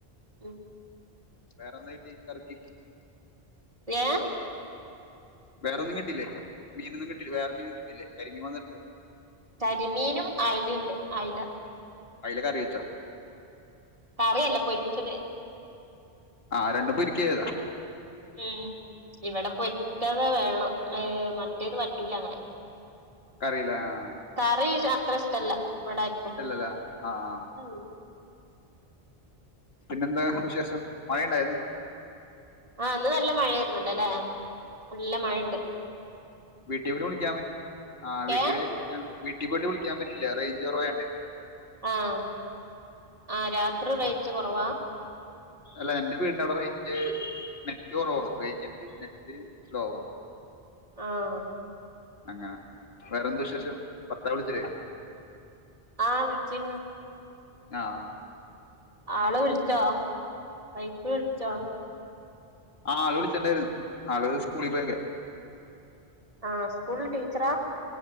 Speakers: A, on the right; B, on the left.
A: ഉം
B: വേറെന്താ കിട്ടി കറിക്ക്?
A: ഏഹ്?
B: വേറൊന്നും കിട്ടിയില്ലെ? മീനൊന്നും കിട്ടിയില്ലെ? വേറെ മീനൊന്നും കിട്ടിയില്ലെ? കരിമീൻ മാത്രാ കിട്ടിയൊള്ളു?
A: കരിമീനും അയലേണ്ട്. അയല.
B: അയല കറിവെച്ചാ?
A: കറിയല്ല. പൊരിച്ചത്.
B: ആഹ് രണ്ടും പൊരിക്കാ ചെയ്തേ?
A: ഉം ഇവിടെ പൊരിച്ചത് വേണം. മേ മറ്റേത് പറ്റൂല അങ്ങനെ.
B: കറീല്ലെ ആഹ്
A: കറി അത്ര ഇഷ്ടല്ല. ഇവിടെ ആർക്കും
B: ഇഷ്ടല്ലല്ല. ആ ആഹ്
A: ഉം
B: പിന്നെന്താ വിശേഷം? മഴ ഇണ്ടായാ ഇന്ന്?
A: ആഹ് ഇന്ന് നല്ല മഴയായിരുന്നല്ലെ അല്ലേ? നല്ല മഴേണ്ട്.
B: വീട്ടിപോയിട്ട് വിളിക്കാമേ. ആഹ് വീട്ടി
A: ഏ
B: വിളിക്കാ വീട്ടി പോയിട്ട് വിളി ക്കാൻ പറ്റില്ല റേഞ്ചൊറവായോണ്ടെ
A: ആഹ് ആഹ് രാത്രി റേഞ്ച് കൊറവാ
B: അല്ല എന്റെ വീടിന്റവടെ റേഞ്ച് നെറ്റ് കൊറവാ റേഞ്ചിണ്ട് നെറ്റ് സ്ലോവാ
A: ആഹ്
B: അങ്ങനെ വേറെന്ത വിശേഷം ഭർത്താവ് വിളിച്ചില്ലേ
A: ആഹ് വിളിച്ചിരുന്നു
B: ആഹ്
A: ആള് വിളിച്ചോ വൈഫ് വിളിച്ചോ
B: ആഹ് ആള് വിളിച്ചിട്ടണ്ടാര്ന്ന് ആള് സ്കൂളിൽ പോയെക്ക
A: ആഹ് സ്കൂള് ടീച്ചറ